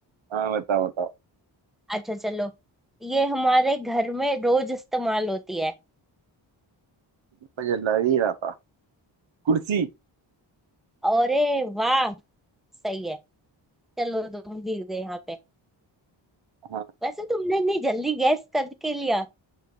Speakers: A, on the right (about 75°); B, in the centre.
A: हाँ बताओ बताओ
B: अच्छा चलो ये हमारे घर में रोज इस्तेमाल होती है
A: मुझे लग ही रहा था कुर्सी
B: अरे वाह सही है चलो तुम जीत गए यहाँ पे
A: हाँ
B: वैसे तुमने इतनी जल्दी गैस करके लिया